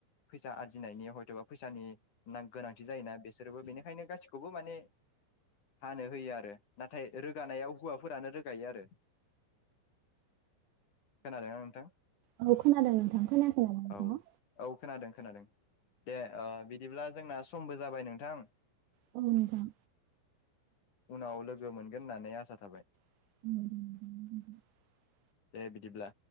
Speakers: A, on the left (about 40°); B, on the right (about 80°).
A: फैसा आरजिनायनि हयथ'बा फैसानि गोनांथि जायोना बिसोरबो बेनिखायनो गासिखौबो माने हानो होयो आरो नाथाय रोगानायाव हौवा फोरानो रोगायो आरो खोनादोंना नोंथां
B: औ खोनादों नोंथां खोनाखै नामा नोंथाङा?
A: औ औ खोनादों खोनादों दे ओ बि ब्ला जोंना समबो जाबाय नोंथां
B: औ नोंथां
A: उनाव लोगो मोनगोन होननानै आस साथाबाय
B: <unintelligible>
A: दे बिदिब्ला